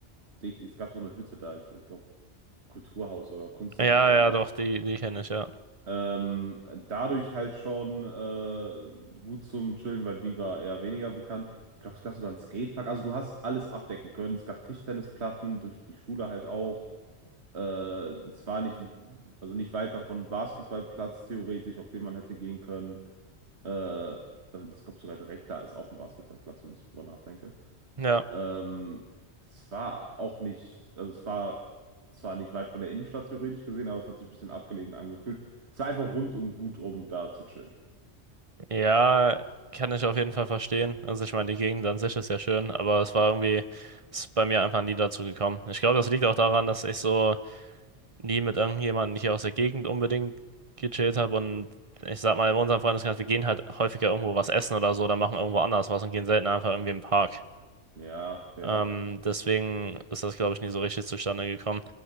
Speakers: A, on the right; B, on the right.
A: dich, es gab so eine Hütte da, ich glaube, Kulturhaus oder Kunsthaus
B: Ja,
A: oder so haben
B: ja,
A: wir
B: doch,
A: das.
B: die, die kenne ich, ja.
A: Ähm, dadurch halt schon äh, gut zum Chillen, weil die war eher weniger bekannt. Ich glaube, es gab sogar einen Skatepark. Also du hast alles abdecken können. Es gab Tischtennisplatten, durch die Schule halt auch. Äh, es war nicht, also nicht weit davon Basketballplatz theoretisch, auf den man hätte gehen können. Äh, also ich glaube sogar direkt da ist auch ein Basketballplatz, wenn ich so drüber nachdenke.
B: Ja,
A: Ähm, das war auch nicht, also es war zwar nicht weit von der Innenstadt theoretisch gesehen, aber es hat sich ein bisschen abgelegen angefühlt. Es war einfach rundum gut, um da zu chillen.
B: ja, kann ich auf jeden Fall verstehen. Also ich meine, die Gegend an sich ist ja schön, aber es war irgendwie, ist bei mir einfach nie dazu gekommen. Ich glaube, das liegt auch daran, dass ich so nie mit irgendjemandem hier aus der Gegend unbedingt gechillt habe und ich sag mal, in unserem Freundeskreis, wir gehen halt häufiger irgendwo was essen oder so oder machen irgendwo anders was und gehen selten einfach irgendwie im Park.
A: Ja, fair.
B: Ähm, deswegen ist das, glaube ich, nie so richtig zustande gekommen.